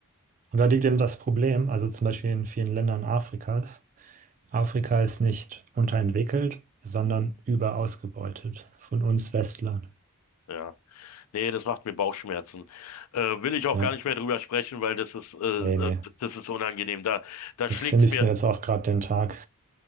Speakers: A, on the right; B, on the left.
A: Und da liegt eben das Problem, also zum Beispiel in vielen Ländern Afrikas, Afrika ist nicht unterentwickelt, sondern überausgebeutet von uns Westlern.
B: Ja, nee, das macht mir Bauchschmerzen. Äh, will ich auch
A: Ja,
B: gar nicht mehr drüber sprechen, weil das ist, äh,
A: nee, nee.
B: äh, das ist unangenehm. Da, da
A: Das
B: schlägt's
A: vermisst
B: mir,
A: mir jetzt auch gerade den Tag.